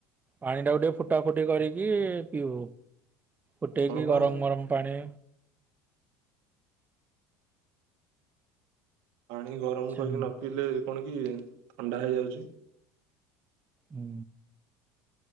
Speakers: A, on the right (about 25°); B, on the right (about 70°).
A: ପାଣି ଟାକୁ ଟିକେ ଫୁଟା ଫୁଟି କରିକି ପିଉ। ଫୁଟେଇକି
B: ହଁ ବା
A: ଗରମ ଗରମ ପାଣି
B: ପାଣି ଗରମ
A: ସେମ
B: କରିକି ନପିଇଲେ କଣ କି ଥଣ୍ଡା ହେଇଯାଉଛି।
A: ହୁଁ।